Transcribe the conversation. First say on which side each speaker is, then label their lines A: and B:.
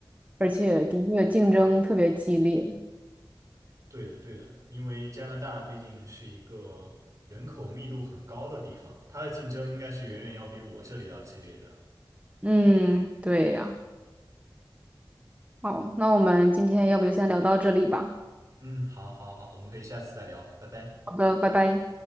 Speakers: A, on the right; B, on the right.
A: 而且的确竞争特别激烈。
B: 对的，对的，因为加拿大毕竟是一个人口密度很高的地方，它的竞争应该是远远要比我这里要激烈的。
A: 嗯，对呀。好，那我们今天要不就先聊到这里吧。
B: 嗯，好，好，好，我们可以下次再聊，拜拜。
A: 好的，拜拜。